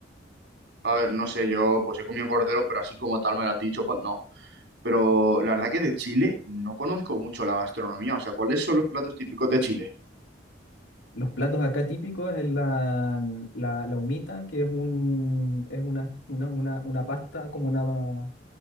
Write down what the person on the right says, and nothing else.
a ver, no sé, yo pues he comido cordero, pero así como tal me lo has dicho, pues no. Pero la verdad que de Chile no conozco mucho la gastronomía. O sea, ¿cuáles son los platos típicos de Chile?